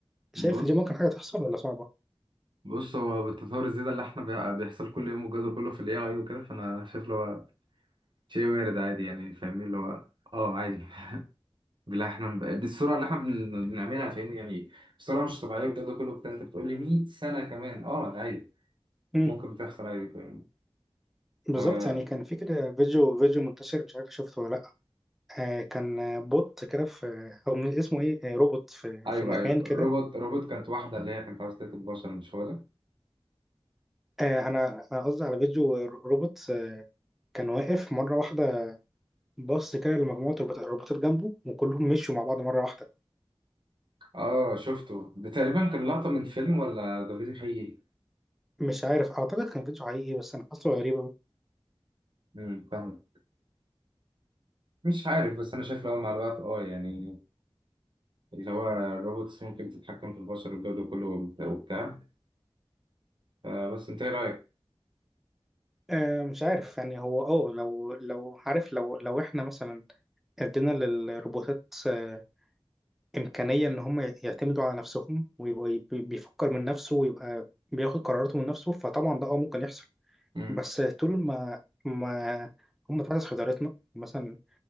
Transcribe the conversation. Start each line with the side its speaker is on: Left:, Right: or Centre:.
Right: بص
Centre: شايف دي ممكن حاجه تحصل ولا صعبه
Right: بص هو بالتطور الزيادة اللي احنا بي- بيحصل كل يوم والجو ده كله في الاي اي وكده فانا شايف اللي هو شيء وارد عادي يعني فاهمني اللي هو اه عادي <laughs> بالله احنا ب- بالسرعة اللي احنا بن- بنعملها فاهمني يعني بسرعة مش طبيعية والجو ده كله بتاع انت بتقول لي 100 سنة كمان اه عادي
Centre: امم
Right: ممكن بتحصل عادي فاهمني
Centre: بالظبط
Right: ف
Centre: يعني كان في كده فيديو فيديو منتشر مش عارف شفته ولا لا آه كان آه، بوت كده في او من- اسمه ايه آه، روبوت في
Right: ايوه
Centre: في مكان
Right: ايوه
Centre: كده
Right: روبوت روبوت كانت واحدة اللي هي كانت عاوزة تاكل بشر مش هو ده
Centre: آه انا انا قصدي على فيديو آه، روبوت آه، كان واقف مره واحده بص كده لمجموعه الروبوتات الروبوتات جنبه وكلهم مشوا مع بعض مره واحده
Right: اه شفته ده تقريبا كان لقطة من فيلم ولا ده فيديو حقيقي
Centre: مش عارف اعتقد كان فيديو حقيقي بس انا حاسه غريب أوي.
Right: امم فاهم مش عارف بس انا شايف اللي هو مع الوقت اه يعني اللي هو الروبوتس ممكن تتحكم في البشر والجو ده كله وبت- وبتاع آه، بس انت ايه رايك؟
Centre: آه، مش عارف يعني هو اه لو لو عارف لو لو احنا مثلا ادينا للروبوتات آه، امكانيه ان هم يعتمدوا على نفسهم ويبقى يبي- بيفكر من نفسه ويبقى بياخد قراراته من نفسه فطبعا ده اه ممكن يحصل
Right: امم
Centre: بس طول ما ما هم تحت سيطرتنا مثلا